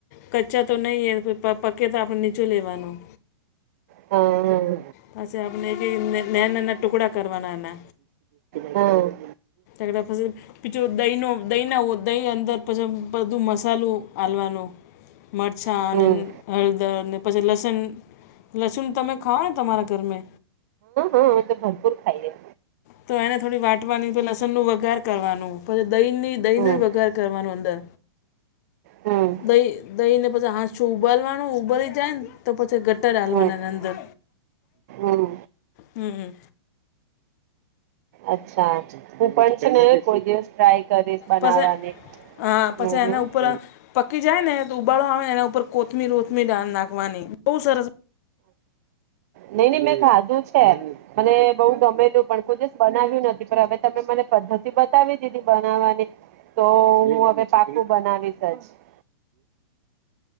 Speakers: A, on the left (about 40°); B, on the right (about 40°).
A: કચ્ચા તો નહીં હે પકે તો આપણે નીચું લેવાનું.
B: હા હા.
A: પછી આપણે ક નાના નાના ટુકડા કરવાના એના.
B: હોવ.
A: <unintelligible> પીછો દહીંનો દહીં ના દહીં અંદર પછી બધું મસાલું આલવાનો. મરચાં
B: હમ
A: અને હળદર ને પછી લસણ લસુણ તમે ખાઓ ને તમારા ઘરમે?
B: હવે તો ભરપુર ખાઈએ.
A: તો એને થોડી વાટવાની લસણનું વઘાર કરવાનું પછી દહીની દહી
B: હમ
A: નુંય વઘાર કરવાનું અંદર,
B: હમ
A: દહી દહીને પછી હ જો ઉબાલવાનું ઉબલી જાયને તો પછી ગટ્ટા ડાલવાનાં
B: હમ
A: અંદર.
B: હમ
A: હમ.
B: અચ્છા, હું પણ છ ને કોઈ દિવસ ટ્રાય કરીશ. બનાવવાની
A: પછી હા પછી
B: હમ હમ
A: એના ઉપર, પ જાય ને તો ઉબાળો આવે ને એના ઉપર કોથમીર ઓથમીર ડાળ નાખવાની બહું સરસ
B: નઈ નઈ મેં ખાધું છે એ. મને બહુ ગમેલું પણ કોઈ દિવસ બનાવ્યું નથી પણ હવે તમે મને પદ્ધતિ બતાવી દીધી બનાવવાની. તો હું હવે પાકું બનાવીશ જ. <unintelligible>